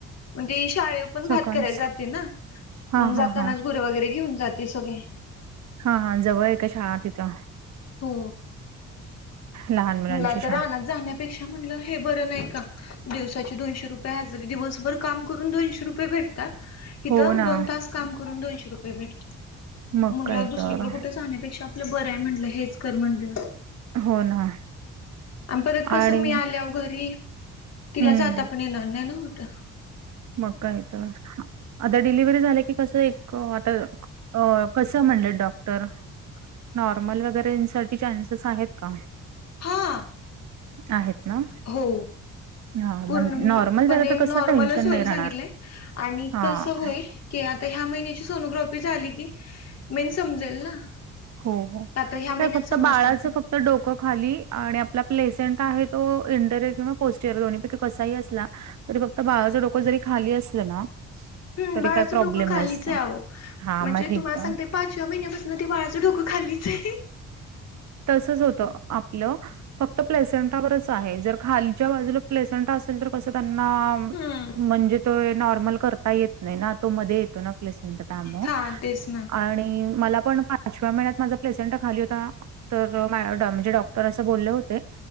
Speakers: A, on the left (about 55°); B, on the right (about 65°).
A: मग ती शाळेव पण भात
B: सकाळच
A: करायला जाते ना.
B: हा
A: मग
B: हा
A: जातानाच
B: हा
A: गुरं वगैरे घेऊन जाते. ते सगे.
B: हा हा जवळे का शाळा तिथं?
A: हो.
B: लहान मुलांची
A: म्हटलं आता
B: शाळा?
A: रानात जाण्यापेक्षा म्हणलं हे बरं नाही का? दिवसाची दोनशे रुपये हजरी. दिवसभर काम करून दोनशे रुपये भेटता. इथं
B: हो ना
A: दोन तास काम करून, दोनशे रुपये भेटता.
B: मग
A: म्हंटलं
B: काय
A: दुसरीकडे
B: तर
A: कुठे जाहण्यापेक्षा आपलं बरंय म्हंटलं. हेच कर म्हंटलं.
B: हो ना.
A: आणि परत कसं,
B: आणि
A: मी आल्याव घरी. तिला
B: हम्म
A: जाता पण येणार नाही ना कुठं.
B: मग काय तर. आता डिलिव्हरी झाल्या की कसं एक आता अ कसं म्हणलेत डॉक्टर. नॉर्मल वगैरेसाठी चान्सेस आहेत का?
A: हा.
B: आहेत. ना
A: हो.
B: हां,
A: पर्ण
B: मग नॉर्मल झालं
A: पणे
B: तर कसं
A: नॉर्मलच
B: टेन्शन
A: होईल
B: नाही राहणार.
A: सांगितलय. आणि
B: हां,
A: कस होईल की, आता ह्या महिन्याची सोनोग्राफी झाली की, मेन समजेल ना.
B: हो हो.
A: आता ह्या महिन्यात
B: काय फक्त
A: समजत
B: बाळाचं
A: आता
B: फक् त डोकं खाली. आणि आपला प्लेसेंट आहे तो इंटरयर किंवा पोस्ट इयर दो्ही पैकी कसाही असला तरी फक्त बाळाचं डोकं जरी खाली असलं ना,
A: हम्म
B: तरी
A: बाळाचं
B: काही प्रॉब्लेम
A: डोकं खालीचे
B: नसतो.
A: आहो.
B: हां,
A: म्हणजे
B: मग ठीक
A: तुम्हाला
B: आहे.
A: सांगते. पाचव्या महिन्यापासून ते बाळाचं डोकं खाल्लीचे.
B: तसच होतं आपलं. फक्त प्लेसेंट्रावरच आहे. जर खालीच्या बाजूला प्लेसेंट्रा असेल तर कस त्यांना
A: हम्म
B: म्हणजे तो नॉर्मल करता येत नाही ना. तो मध्ये येतो ना.
A: हा तेच
B: <inaudible>
A: ना
B: आणि मला पण पाचव्या महिन्यात माझा प्लेसेंट खाली होता. तर मॅ म्हणजे डॉक्टर असं बोलले होते.